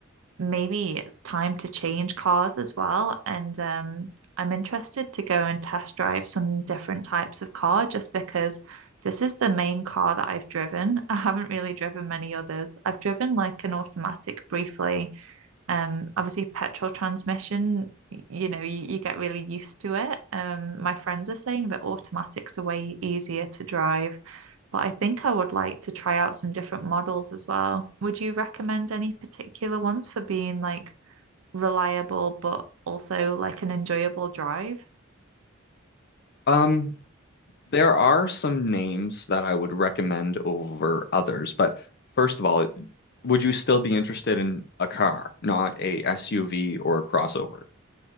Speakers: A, on the right; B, on the left.
A: maybe it's time to change cars as well. And um, I'm interested to go and test drive some different types of car just because this is the main car that I've driven. <laughs> I haven't really driven many others. I've driven like an automatic briefly, um, obviously, petrol transmission, you know, you, you get really used to it. Um, my friends are saying that automatics are way easier to drive, but I think I would like to try out some different models as well. Would you recommend any particular ones for being like reliable, but also like an enjoyable drive?
B: um, there are some names that I would recommend over others, but first of all, would you still be interested in a car, not a SUV or a crossover?